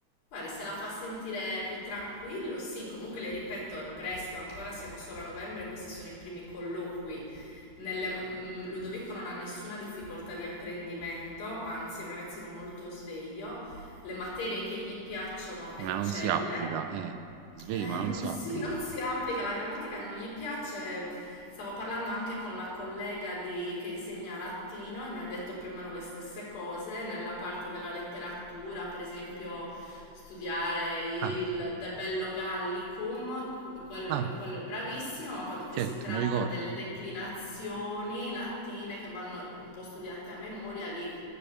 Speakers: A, on the left; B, on the right.
A: Guarda, se la fa sentire più tranquillo, sì, comunque le ripeto, è presto, ancora siamo solo a novembre, questi sono i primi colloqui. Nelle- mm, Ludovico non ha nessuna difficoltà di apprendimento, anzi è un ragazzino molto sveglio, le materie che gli piacciono eccelle.
B: Ma non si applica, eh. Svegli,
A: Eh,
B: ma non
A: non
B: si
A: si,
B: applica.
A: <laughs> non si applica, la grammatica non gli piace. Stavo parlando anche con la collega di- che insegna latino e mi ha detto più o meno le stesse cose nella parte della letteratura, per esempio studiare il
B: Ah,
A: De Bello Gallicum, cu- quello-
B: ah,
A: in quello è bravissimo, ma quando poi
B: certo,
A: si tratta
B: mi ricordo.
A: delle declinazioni latine che vanno un po' studiate a memoria, lì